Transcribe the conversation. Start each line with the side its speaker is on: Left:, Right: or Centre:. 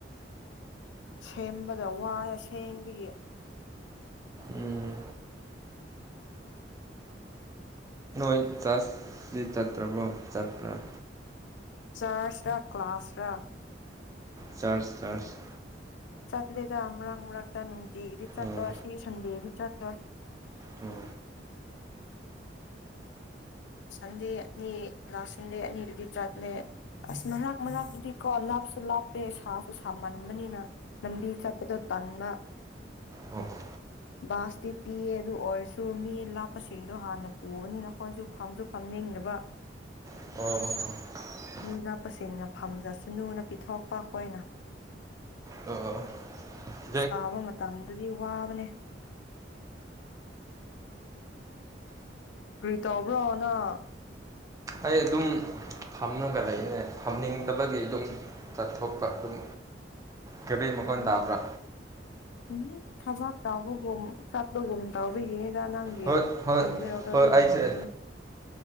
Left: ꯁꯦꯝꯕꯗ ꯋꯥꯌꯦ ꯑꯁꯦꯡꯕꯒꯤ
Right: ꯎꯝ ꯇꯨ ꯆ꯭ꯁꯗꯤ ꯆꯠꯇ꯭ꯔꯕꯣ ꯆꯠꯄ꯭ꯔꯥ
Left: ꯆ꯭ꯔꯁ ꯔ ꯀ꯭ꯂꯥꯁ ꯔ
Right: ꯆ꯭ꯔꯁ ꯆ꯭ꯔꯁ
Left: ꯆꯠꯂꯦꯗ ꯃꯔꯛ ꯃꯔꯛꯇ ꯅꯨꯡꯇꯤꯒꯤꯗꯤ ꯆꯠꯄ
Right: ꯑꯣ
Left: ꯁꯤ ꯁꯟꯗꯦꯗꯤ ꯆꯠꯂꯣꯏ
Right: ꯑꯣ
Left: ꯁꯟꯗꯦ ꯑꯅꯤ ꯂꯥꯁ ꯁꯟꯗꯦ ꯑꯅꯤꯗꯨꯗꯤ ꯆꯠꯂꯦ ꯑꯁ ꯃꯔꯛ ꯃꯔꯛꯇꯗꯤ ꯀꯣ ꯂꯥꯞꯁꯨ ꯂꯥꯞꯄꯦ ꯁꯥꯁꯨ ꯁꯥꯃꯟꯕꯅꯤꯅ ꯂꯝꯕꯤ ꯆꯠꯄꯗꯣ ꯇꯟꯕ
Right: ꯑꯣ ꯑꯣ
Left: ꯕꯥꯁꯇꯤ ꯄꯤꯌꯦ ꯑꯗꯨ ꯑꯣꯏꯔꯁꯨ ꯃꯤ ꯂꯥꯞꯄꯁꯤꯡꯗꯣ ꯍꯥꯟꯅ ꯄꯨꯕꯅꯤꯅ ꯑꯈꯣꯏꯁꯨ ꯐꯝꯖꯨ ꯐꯝꯅꯤꯡꯗꯕ
Right: ꯑꯣ
Left: ꯃꯤ ꯂꯥꯞꯄꯁꯤꯡꯅ ꯐꯝꯖꯁꯅꯨꯅ ꯄꯤꯊꯣꯛꯄ ꯑꯩꯈꯣꯏꯅ
Right: ꯑ ꯑ ꯑ
Left: ꯁꯥꯕ ꯃꯇꯝꯗꯨꯗꯤ ꯋꯥꯕꯅꯦ ꯀꯔꯤ ꯇꯧꯕ꯭ꯔꯣ ꯅꯪ
Right: ꯑꯩ ꯑꯗꯨꯝ ꯐꯝꯔꯒ ꯂꯩꯕꯅꯦ ꯐꯝꯅꯤꯡꯗꯕꯒꯤ ꯗꯨꯝ ꯆꯠꯊꯣꯛꯄ ꯑꯗꯨꯝ ꯀꯦꯕꯤ ꯃꯈꯣꯟ
Left: ꯎꯝ
Right: ꯇꯥꯕ꯭ꯔꯥ
Left: ꯎꯝꯍꯨꯝ ꯊꯕꯛ ꯇꯧꯕꯒꯨꯝ ꯆꯠꯄꯒꯨꯝ ꯇꯧꯕꯒꯤꯅꯤꯗ ꯅꯪꯒꯤ
Right: ꯍꯣꯏ ꯍꯣꯏ
Left: ꯈꯣꯟꯖꯦꯜꯗꯣ
Right: ꯍꯣꯏ
Left: ꯑꯗꯨꯒꯤ
Right: ꯑꯩꯁꯦ
Left: ꯍꯪꯕꯅꯦ